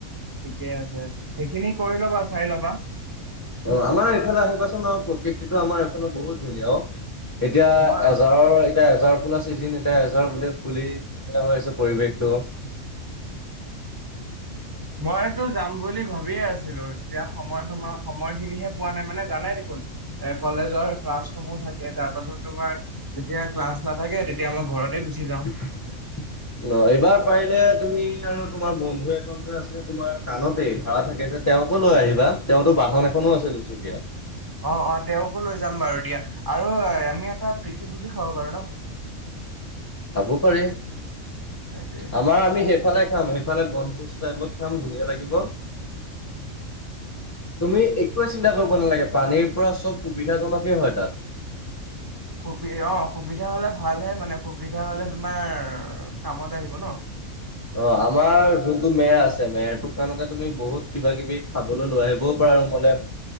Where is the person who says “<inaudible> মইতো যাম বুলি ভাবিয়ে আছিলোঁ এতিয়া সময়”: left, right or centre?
Right